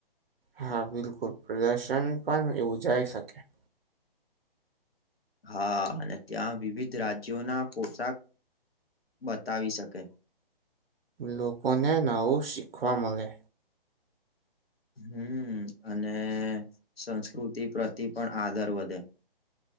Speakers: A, on the right; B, on the left.
A: હા બિલકુલ પ્રદર્શન પણ યોજાય શકે.
B: હા અને ત્યાં વિવિધ રાજ્યો ના પોશાક બતાવી શકે.
A: લોકોને નવું શીખવા મલે.
B: હમ અને સંસ્કૃતિ પ્રતિ પણ આદર વધે.